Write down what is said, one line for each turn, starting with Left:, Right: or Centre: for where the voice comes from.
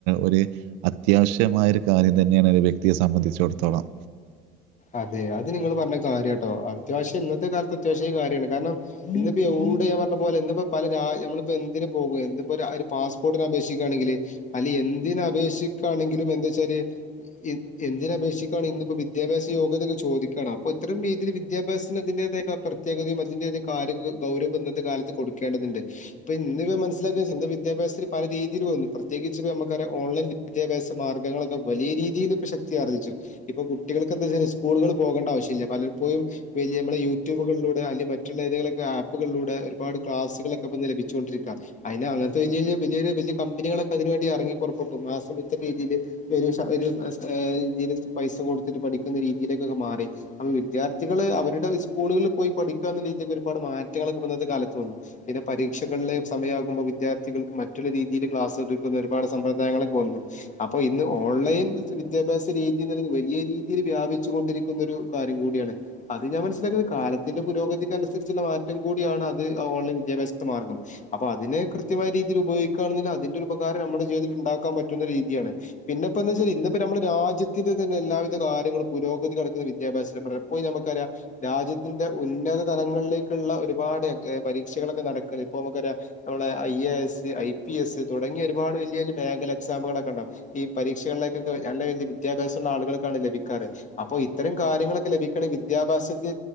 Right: ഒരു അത്യാവശ്യമായ ഒരു കാര്യം തന്നെയാണ് വ്യക്തിയെ സംബന്ധിച്ചൊടുത്തോളം
Left: അതെ അത് നിങ്ങള് പറഞ്ഞ കാര്യാട്ടോ അത്യാവശ്യം ഇന്ന ത്തെ കാലത്ത് അത്യാവശ്യായ കാര്യമാണ് കാരണം ഇന്നിപ്പോ യവിടെ ഞാൻ പറഞ്ഞ പോലെ ഇന്ന് പ്പോ പല രായ നമ്മളിപ്പോ എന്തിന് പോകും എന്ത്പ്പോ ഒരു പാസ്പോർട്ടിന് അപേക്ഷി ക്കാണെങ്കില് അല്ല എന്തിന് അപേക്ഷിക്കാണെങ്കിലും എന്താച്ചാല് എന്തിന് അപേക്ഷിക്കാണെ ഇന്ന് പ്പോ വിദ്യാഭ്യാസ യോഗ്യതക്കെ ചോദിക്കണം അപ്പോ ഇത്തരം രീതിയില് വിദ്യാഭ്യാസത്തിന് അതിന്റേതായ പ്രത്യേകതയും അതിൻ്റെതായ കാര്യഗഗൗരവ ഇന്നത്തെ കാലത്ത് കൊടുക്കേണ്ടതുണ്ട്പ്പൊ ഇന്ന് ഇവ മനസ്സിലാക്കച്ച ഇന്ന് വിദ്യാഭ്യാത്തിൽ പല രീതിയിൽ വന്നു പ്രത്യേകിച്ച് പ്പഞ മ്മക്കറിയാം ഓൺലൈൻ വിദ്യാഭ്യാസ മാർഗങ്ങളൊക്കെ വലിയ രീതിയില് ഇപ്പൊ ശക്തിയാർജിച്ചു ഇപ്പൊ കുട്ടികള് ക്കെന്താച്ചില് സ്കൂളുകള് പോകേണ്ട ആശ്യല്ല പലപ്പോഴും വല്ല്യ മ്മള് യൂട്യൂബുകളിലൂടെ അല്ലെ മറ്റുള്ള ഏതെങ്കിലൊക്കെ ആ പ്പുകളിലൂടെ ഒരുപാട് ക്ലാസുകളൊക്കെപ്പ ഇന്ന് ലഭിച്ചുകൊണ്ടരിക്ക അയിന് അങ്ങനത്തെ വല്ല്യ വല്ല്യ വലിയൊരു വല്യ കമ്പികളൊക്കെ അതിന് നുവേണ്ടി എറങ്ങിപുറപ്പെട്ടു മാസം എത്ര രീതിയില് ഒരു സ ആ പൈസ കൊടുത്തിട്ട് പഠിക്ക ക്കുന്ന രീതിയിലേക്കൊക്കെ മാറി അപ്പോ വിദ്യാർത്ഥികള് അവരുടെ സ്കൂളുകളിൽ പോയി പഠിക്ക രീതിക്കെ ഒരു പാട് മാറ്റങ്ങളൊക്കെ ഇപ്പൊ ഇന്നത്തെ കാലത്ത് വന്നു പിന്നെ പരീ രീക്ഷകളിലെ സമയാകുമ്പോൾ വിദ്യാർത്ഥികൾക്ക് മറ്റുള്ള രീതിയില് ക്ലാസ്ടുക്കുന്ന ഒരുപാട് സമ്പ്രദായങ്ങളെക്കെ വന്നു അപ്പൊ ഇന്ന് ഓൺലൈൻ വിദ്യാഭ്യാസ രീതിന്ന്ള്ളത് വലിയ രീതിയില് വ്യാപിച്ചു കൊണ്ടിരിക്കുന്നൊരു കാര്യം കൂടിയാണ് അത് ഞാൻ മനസ്സിലാക്കുന്നത് കാലത്തിന്റെ പുരോഗതിക്കനുസരിച്ചുള്ള മാറ്റം കൂ കൂടിയാണ് അത് ഓൺലൈൻ വിദ്യഭ്യാസം ത്ത് മാർഗം അപ്പൊ അതിനെ കൃത്യമായ രീതിയിൽ ഉപയോഗിക്കാണെങ്കില് അതിൻ്റെ ഒരു ഉപകാരം നമ്മുടെ ജീവിതത്തിൽ ഉണ്ടാക്കാൻ പറ്റുന്ന രീ തിയാണ് പിന്നെപ്പോ എന്താച്ചാൽ ഇന്നിപ്പോ നമ്മുടെ രാജ്യത്തിന്റെ തന്നെ എല്ലാവിധ കാര്യങ്ങളും പുരോഗതി കണ ക്കുന്ന വിദ്യാഭ്യാസത്തിൻ്റെ പഠനം പോയി ഞമുക്കറിയാം രാജ്യത്തിന്റെ ഉന്നത തലങ്ങളിലേക്കുള്ള ഒരുപാട് എ പരീക്ഷകളൊക്കെ നടക്കാണ് ഇപ്പോ നമുക്കറിയാം നമ്മളുടെ I A S I P S തുടങ്ങിയ ഒരുപാട് വലിയ വലിയ ബാങ്കിൽ എക്സാമുകളൊക്കെണ്ടാകും ഈ പരീക്ഷകളിലേക്കെ നല്ല വല്ല്യ വിദ്യാഭ്യാസുള്ള ആളുകള് ത്താണ് ലഭിക്കാറ് അപ്പൊ ഇത്തരം കാര്യങ്ങളൊക്കെ ലഭിക്കണം വിദ്യാഭ്യാസത്തി